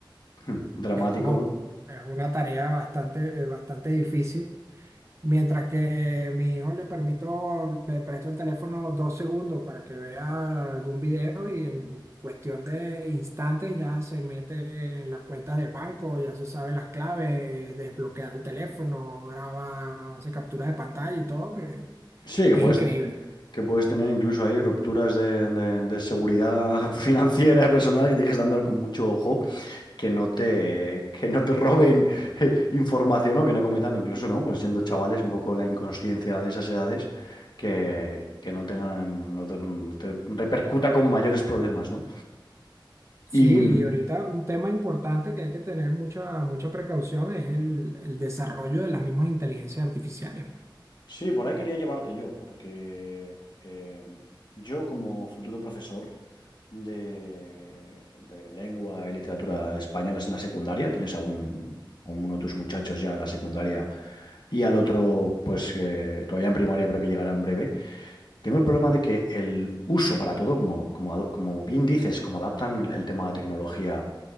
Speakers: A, on the left (about 60°); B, on the right (about 35°).
A: Hmm, Dramático,
B: Es como
A: ¿no?
B: es una tarea bastante, bastante difícil. Mientras que mi hijo le permito, le presto el teléfono dos segundos para que vea algún video y en cuestión de instantes ya se mete en las cuentas del banco, ya se sabe las claves, desbloquea el teléfono, graba, hace captura de pantalla y todo, que
A: Sí, que
B: es
A: puedes,
B: increíble.
A: que puedes tener incluso ahí rupturas de, de- de seguridad <laughs> financiera y personal que tienes que andar con mucho ojo, que no te, que no te roben eh, información o que no cometan, incluso, ¿no? Pues siendo chavales, un poco la inconsciencia de esas edades, que, que no tengan, no te, no te repercuta con mayores problemas, ¿no?
B: Sí,
A: Y,
B: y ahorita un tema importante que hay que tener mucha, mucha precaución es el, el desarrollo de las mismas inteligencias artificiales.
A: Sí, por ahí quería llevarte yo, porque eh, yo como futuro profesor de, de lengua y literatura españolas en la secundaria, ¿tienes algún, uno de tus muchachos ya en la secundaria y al otro, pues eh, todavía en primaria, pero que llegará en breve? Tengo el problema de que el uso para todo, como, como, ado- como bien dices, como adaptan el tema de tecnología